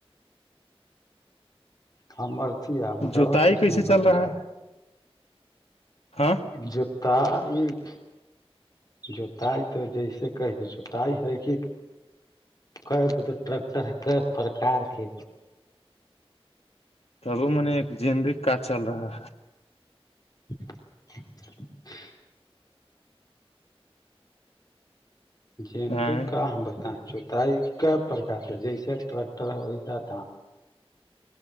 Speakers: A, on the left (about 40°); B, on the left (about 85°).
A: ہم بارتیا موٹرا
B: جوتائی
A: پورسم
B: کیسے
A: گ
B: چل رہا
A: ہے
B: ہاں
A: جوتا ایک جتائی تو جیسے کہ جوتائی ہے کہ کئی گ تو ٹر کئی پرکار کے
B: تب وہ میں نے ایک زدی کاج چل رہا ہے
A: <unintelligible> جینبک
B: ہے
A: کا ہم بتائیں جتائی کیا پرک کے جیسے ٹریکٹر ہے ویسا دام